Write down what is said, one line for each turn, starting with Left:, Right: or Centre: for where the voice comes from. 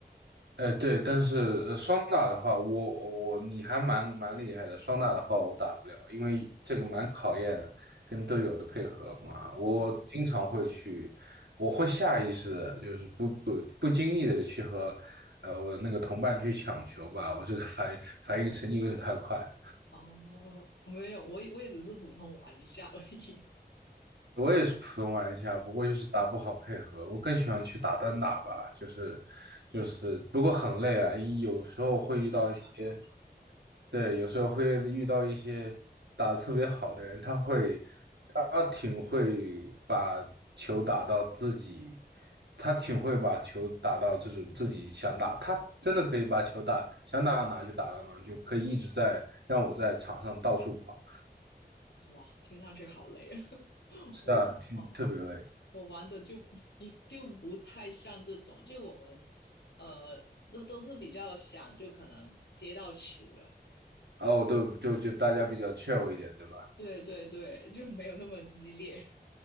Right: 哎，对，但是呃，双打的话，我我你还蛮蛮厉害的。双打的话，我打不了，因为这个蛮考验跟队友的配合嘛。我经常会去，
Left: 啊。
Right: 我会下意识的，就是不不不经意的去和呃我的那个同伴去抢球吧。我这个反应反应神经有点太快了
Left: 哦，没有，我也我也只是普通玩一下而已
Right: 我也是普通玩家，不过就是打不好配合。
Left: 啊，
Right: 我更喜欢去打单打吧，就是就是，不过很累啊。有时候会遇到一些。
Left: 很正常。然后
Right: 对，有时候会遇到一些打得特别好的人，他会，他挺会把球打到自己，他挺会把球打到这种自己想打，他真的可以把球打，想打到哪就打到哪，就可以一直在让我在场上到处跑。
Left: 哇，听上去好累啊！<laughs>
Right: 是啊，
Left: 我哦，
Right: 挺特别累。
Left: 我玩的就不就不太像这种，就我们呃都都是比较想就可能接到球了，
Right: 哦，对，就就大家比较 chill 一点，对吧？
Left: 对对对，就没有那么激烈，